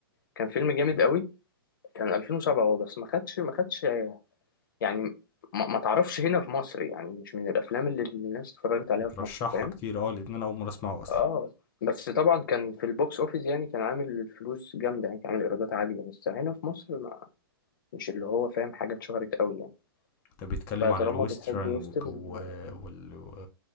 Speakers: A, on the left; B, on the left.
A: كان فيلم جامد قوي كان 2007 هو بس ما خدش ما خدش يعني ما, ما تعرفش هنا في مصر يعني مش من الافلام اللي الناس اتفرجت عليها
B: بترشحها
A: في مصر فاهم
B: كتير اه لان انا اول مره اسمعه اصلا
A: اه بس طبعا كان في البوكس اوفيس يعني كان عامل فلوس جامده يعني كان عامل ايرادات عاليه بس هنا في مصر ما مش اللي هو فاهم حاجه اتشهرت قوي يعني
B: ده بيتكلم
A: فطالما
B: عن الويسترن
A: بتحب ويسترن
B: و... و... وال...